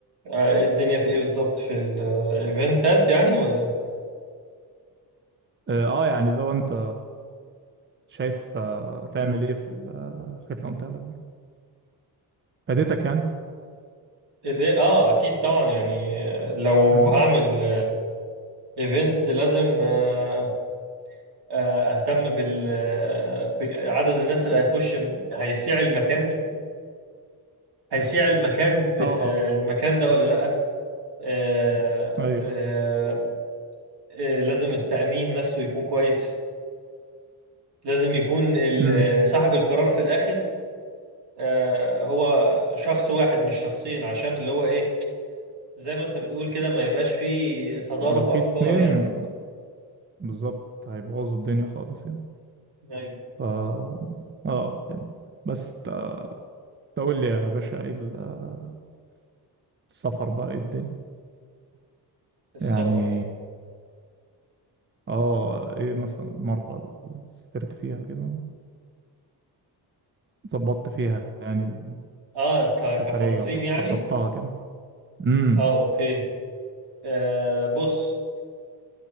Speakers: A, on the right; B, on the right.
A: آه، إيه الدنيا في ايه بالظبط في الايفنتات يعني ولا
B: اه آه، يعني لو انت شايف آه، تعمل ايه في ال- آه، الحاجات اللي قلتها لك دي فادتك يعني
A: ليه؟ اه اكيد طبعا يعني لو
B: اه
A: هعمل ايفنت لازم آه، آه، اهتم بال آه، بعدد الناس اللي هيخش هيسيع المكان هيسيع المكان بت...
B: آه،
A: آه، المكان ده ولا لا آه،
B: ايوه
A: آه، آه، لازم التأمين نفسه يكون كويس لازم يكون ال-
B: امم
A: صاحب القرار في الاخر آه، هو شخص واحد مش شخصين عشان اللي هو ايه زي ما انت بتقول كده ما يبقاش فيه تضارب
B: لو في
A: افكار
B: اتنين
A: يعني
B: بالظبط هيبوظوا الدنيا خالص يعني
A: طيب
B: ف اه آه، يعني بس تا- تقول لي يا باشا ايه ال- آه، السفر بقى ايه الدنيا
A: السفر
B: يعني اه آه، ايه مثلا المرة اللي سافرت فيها كده ظبطت فيها يعني
A: اه ت-
B: السفرية
A: كتنظيم
B: وخططتها
A: يعني
B: كده امم
A: اه اوكي آه بص